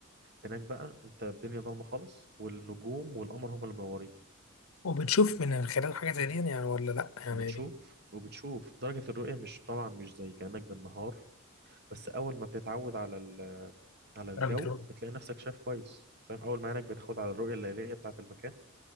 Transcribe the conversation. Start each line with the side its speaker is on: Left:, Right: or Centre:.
Right: هناك بقى انت الدنيا ضلمه خالص والنجوم والقمر هما اللي منورين
Left: وبتشوف من خلال حاجه زي دي يعني ولا لا يعني
Right: وبتشوف وبتشوف درجه الرؤيه مش طبعا مش زي كانك بالنهار بس اول ما بتتعود على ال... على الجو
Left: درجه الرؤية.
Right: بتلاقي نفسك شايف كويس فاهم اول ما عينك بتاخد على الرؤيه الليليه بتاعه المكان